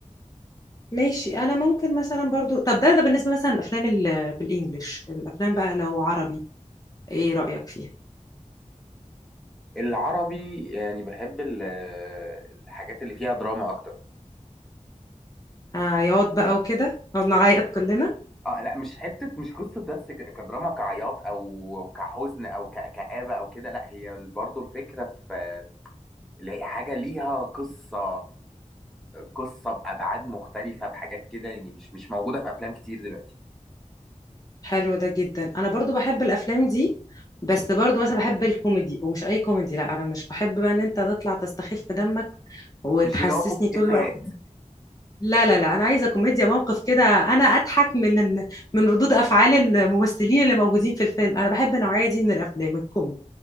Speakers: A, on the left (about 30°); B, in the centre.
A: ماشي أنا ممكن مثلا برضو طب ده ده بالنسبة مثلا الأفلام ال... بالإنجلش الأفلام بقى لو عربي إيه رأيك فيها؟
B: العربي يعني بحب ال- الحاجات اللي فيها دراما اكتر
A: عياط بقى وكده نقعد نعيط كلنا
B: اه لا مش حته مش قصه بس ك- كدراما كعياط او كحزن او ك- كآبه او كده لا هي برضو الفكره في اللي هي حاجه ليها قصه قصه بابعاد مختلفه بحاجات كده يعني مش مش موجوده في افلام كتير دلوقتي
A: حلو ده جدا انا برضو بحب الافلام دي بس برضو مثلا بحب الكوميدي ومش اي كوميدي لا انا مش بحب بقى ان انت تطلع تستخف دمك وتحسسني
B: مش اللي هو كوميدي
A: طول
B: افيهات
A: الوقت لا لا لا انا عايزه كوميديا موقف كده انا اضحك من من ردود افعال الممثلين اللي موجودين في الفيلم انا بحب النوعيه دي من الافلام الكوميدي